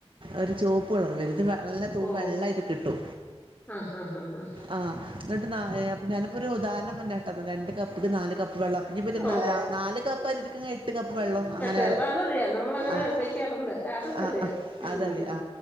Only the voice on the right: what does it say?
ഒരു ചുവപ്പ് വിളർവരുന്നു ഇത് വെള്ള തൂ
വെള്ള ഇ കിട്ടു
ആഹ എന്നിട്ട്ാ അപ്പ ഞാനിപ്പോൾ ഒരു ഉദാരണം വന്നട്ടായിന്നരുന്നു രണ്ട് കപ്പ്ക്ക് നാലല് കപ്പ് വെള്ളം ഇര
നാല് കപ്പ് അരിടുക്ക എട്ട് കപ്പ് വെള്ളം അങ്ങനെ
ആ
ആ്
ആ
അതറിയ ആ